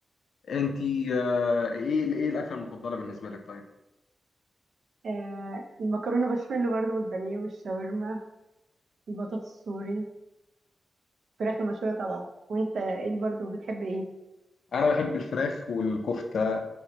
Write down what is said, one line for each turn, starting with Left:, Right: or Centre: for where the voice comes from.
Left: انت آه، ايه ايه الاكلة المفضلة بالنسبة لك طيب؟
Right: آه المكرونة بشاميل برضو والبانيه والشاورما البطاطس السوري الفراخ المشوية طبعا وانت ايه برضو بتحب ايه
Left: انا بحب الفراخ والكفته